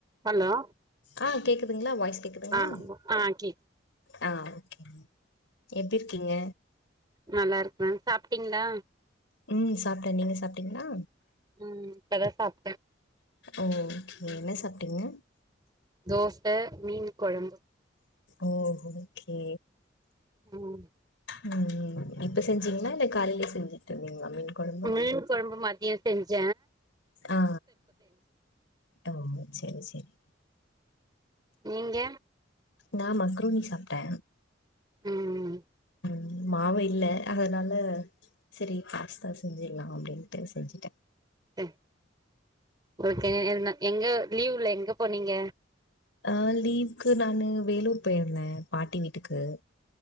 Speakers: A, on the right; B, on the left.
A: Hello
B: ஆ கேக்குதுங்ளா voice கேக்குதுங்ளா
A: ஆ ஆ கேக்
B: ஆ ஓகேங்க எப்டி இருக்கீங்க
A: நல்லா இருக்ற சாப்ட்டீங்களா
B: ம் சாப்ட்ட நீங்க சாப்ட்டீங்ளா
A: ம் இப்பதா சாப்ட்ட
B: ஓகே என்ன சாப்ட்டீங்க
A: தோச மீன் கொழம்பு
B: ம் ஓகே
A: ம்
B: ம் ம் இப்ப செஞ்சீங்ளா இல்ல காலைல செஞ்சி டீங்ளா மீன் கொழம்பு
A: மீன் கொழம்பு மதியோ செஞ்ச
B: ஆ ஆ ம் சேரி சேரி
A: நீங்க
B: நா மக்ரூனி சாப்ட்ட
A: ம்
B: ம் மாவு இல்ல அதனால செரி பாஸ்த்தா செஞ்சிட்லா அப்டின்ட்டு செஞ்சுட்ட
A: ம் ஓகே என்ன எங்க லீவ்ல எங்க போனீங்க
B: ஆ லீவுக்கு நானு வேலூர் போயிருந்த பாட்டி வீட்டுக்கு